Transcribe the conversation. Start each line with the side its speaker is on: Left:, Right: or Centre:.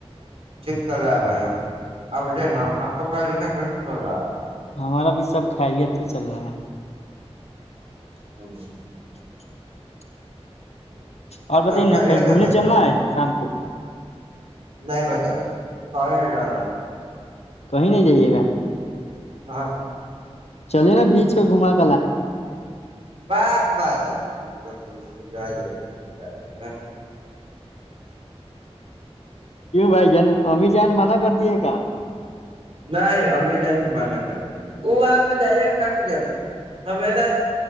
Right: یک چل رہا ہے بھیا آپ نا آپ کا پڑھا لکھا کر چل رہا ہے
Left: ہمارا بھی سب خیریت سے چل رہا ہے
Right: ہ <inaudible>
Left: <inaudible> اور بتائیے
Right: سب
Left: نا
Right: خیریت
Left: کہیں گھومنے
Right: ہے بھائی جان
Left: چلنا ہے سام کوو
Right: نہیں بیٹا س ہی نہیں جا رہا
Left: کہیں نہیں جائیے گا
Right: ہاں
Left: چلے نا بیچ پہ گھما کے
Right: بک بجار ج کہ اس پہ جائیے اس پ جے
Left: کیوں بھائی جان امی جان منع کرتی ہے کا
Right: نہیں ہممی جان مان کر وہ آپ جائیے گا ج ہمیشہ